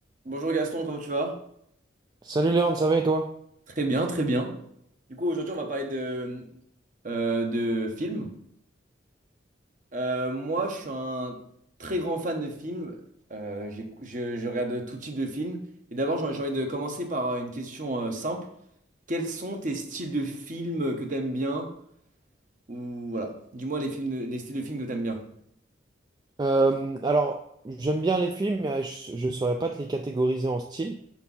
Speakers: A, on the right (about 40°); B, on the right (about 20°).
A: Bonjour Gaston, comment tu vas?
B: Salut Léon, ça va et toi?
A: Très bien, très bien. Du coup, aujourd'hui, on va parler de, euh, de films. Euh, moi, je suis un très grand fan de films. Euh, j'écou- je, je regarde tout type de films. Et d'abord, j'ai j'ai envie de commencer par euh, une question euh, simple. Quels sont tes styles de films que t'aimes bien? Ou voilà, dis-moi les films, de- les styles de films que t'aimes bien.
B: Euh, alors, j'aime bien les films, mais euh, je ne saurais pas te les catégoriser en style.